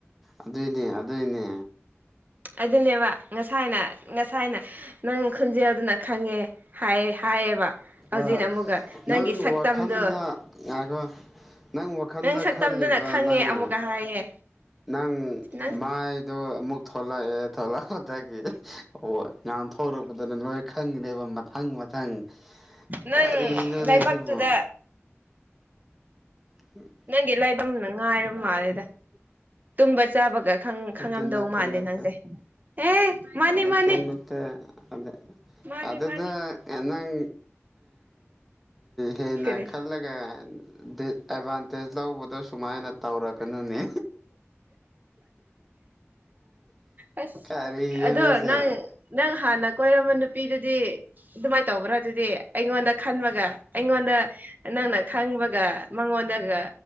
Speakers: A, in the centre; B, on the right.
A: ꯑꯗꯨꯏꯅꯦ ꯑꯗꯨꯏꯅꯦ
B: ꯑꯗꯨꯅꯦꯕ ꯉꯁꯥꯏꯅ ꯉꯁꯥꯏꯅ ꯅꯪ ꯈꯨꯟꯖꯦꯜꯗꯨꯅ ꯈꯪꯉꯦ ꯍꯥꯏ ꯍꯥꯏꯌꯦꯕ ꯍꯧꯖꯤꯛꯅ
A: ꯑꯥ
B: ꯑꯃꯨꯛꯀ ꯅꯪꯒꯤ
A: ꯅꯪ
B: ꯁꯛꯇꯝꯗꯣ
A: ꯋꯥꯈꯜꯗ ꯉꯥꯏꯈꯣ ꯅꯪ ꯋꯥꯈꯜꯗ
B: ꯁꯛꯇꯝꯗꯨꯅ
A: ꯈꯜꯂꯤꯕ
B: ꯈꯪꯉꯦ
A: ꯅꯪꯅ
B: ꯑꯃꯨꯛꯀ ꯍꯥꯏꯌꯦ
A: ꯅꯪ
B: ꯅꯪ
A: ꯃꯥꯏ ꯗꯣ ꯑꯃꯨꯛ ꯊꯣꯛꯂꯛꯑꯦ ꯊꯣꯛꯂꯛꯄꯗꯒꯤ ꯑꯣ ꯉꯥꯡꯊꯂꯛꯄꯗꯨꯅ ꯂꯣꯏ ꯈꯪꯉꯤꯅꯦꯕ ꯃꯊꯪ ꯃꯊꯪ
B: ꯅꯪ
A: ꯀꯔꯤꯅꯣꯅꯦ
B: ꯂꯩꯕꯛꯇꯨꯗ
A: ꯁꯤꯕꯨ <unintelligible>
B: ꯅꯪꯒꯤ ꯂꯥꯏꯐꯝꯅ ꯉꯥꯏꯔꯕ ꯃꯥꯜꯂꯦꯗ ꯇꯨꯝꯕ ꯆꯥꯕꯒ ꯈꯪ
A: ꯅꯠꯇꯦ
B: ꯈꯪꯉꯝꯗꯧ
A: ꯅꯠꯇꯦ
B: ꯃꯥꯥꯟꯗꯦ
A: ꯅꯠꯇꯦ
B: ꯅꯪꯁꯦ ꯑꯦ ꯃꯥꯅꯤ
A: ꯅꯠꯇꯦ
B: ꯃꯥꯅꯤ
A: ꯅꯠꯇꯦ ꯑꯗꯥ
B: ꯃꯥꯅꯤ
A: ꯑꯗꯨꯗ
B: ꯃꯥꯅꯤ
A: ꯅꯪ ꯍꯦꯟꯅ
B: ꯀꯔꯤ
A: ꯈꯜꯂꯒ <unintelligible> ꯑꯦꯗꯚꯥꯟꯇꯦꯖ ꯂꯧꯕꯗꯣ ꯁꯨꯃꯥꯏꯅ ꯇꯧꯔꯛꯀꯅꯨꯅꯦ
B: ꯑꯁ
A: ꯀꯔꯤꯅꯣꯅꯦꯁꯦ
B: ꯑꯗꯣ ꯅꯪ ꯅꯪ ꯍꯥꯟꯅ ꯀꯣꯏꯔꯝꯕ ꯅꯨꯄꯤꯗꯨꯗꯤ ꯑꯗꯨꯃꯥꯏꯟ ꯇꯧꯕ꯭ꯔꯥ ꯑꯗꯨꯗꯤ ꯑꯩꯉꯣꯟꯗ ꯈꯟꯕꯒ ꯑꯩꯉꯣꯟꯗ ꯅꯪꯅ ꯈꯪꯕꯒ ꯃꯉꯣꯟꯗꯒ